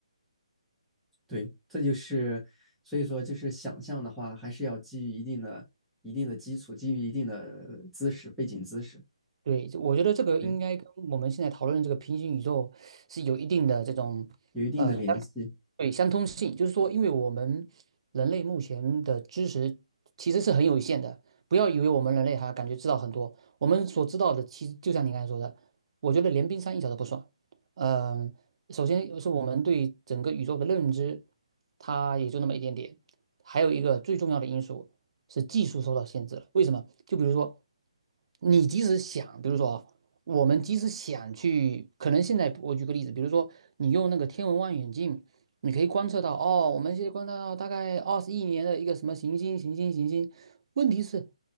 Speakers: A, in the centre; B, on the right.
A: 对，这就是所以说就是想象的话，还是要基于一定的一定的基础，基于一定的知识背景知识，
B: 对，我觉得这个应该跟我们现在讨论的这个平行宇宙是有一定的这种。
A: 对，有一定的联系。
B: 呃，对，相通性就是说，因为我们人类目前的知识其实是很有限的。不要以为我们人类还感觉知道很多，我们所知道的其实就像你刚才说的，我觉得连冰山一角都不算。嗯、首先是我们对整个宇宙的认知，它也就那么一点点。还有一个最重要的因素是技术受到限制了。为什么？就比如说，你即使想，比如说啊，我们即使想去，可能现在我举个例子，比如说你用那个天文望远镜。你可以观测到，哦，我们现在观测到大概二十亿年的一个什么行星，行星，行星。问题是，